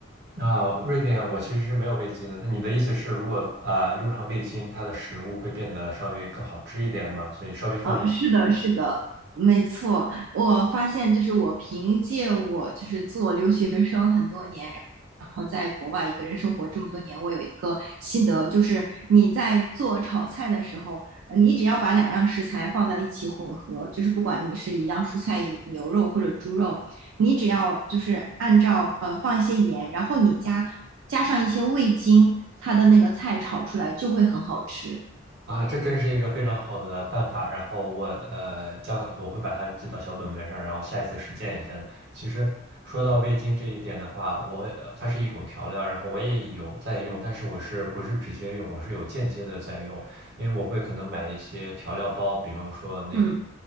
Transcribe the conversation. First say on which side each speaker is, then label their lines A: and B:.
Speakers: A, on the right; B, on the right.
A: 那瑞典我其实是没有味精的。那你的意思是，如果呃用上味精，它的食物会变得稍微更好吃一点吗？所以稍微放一。
B: 嗯，是的，是的，没错。我发现，就是我凭借我就是做留学生很多年，然后在国外一个人生活这么多年，我有一个心得，就是你在做炒菜的时候，呃你只要把两样食材放在一起混合，就是不管你是一样蔬菜、牛肉或者猪肉，你只要就是按照呃放一些盐，然后你加加上一些味精，它的那个菜炒出来就会很好吃。
A: 啊，这真是一个非常好的办法。然后我呃将我会把它记到小本本上，然后下一次实践一下的。其实说到味精这一点的话，我呃它是一种调料，然后我也有在用，但是我是不是直接用，我是有间接的在用，因为我会可能买一些调料包，比方说那个
B: 嗯，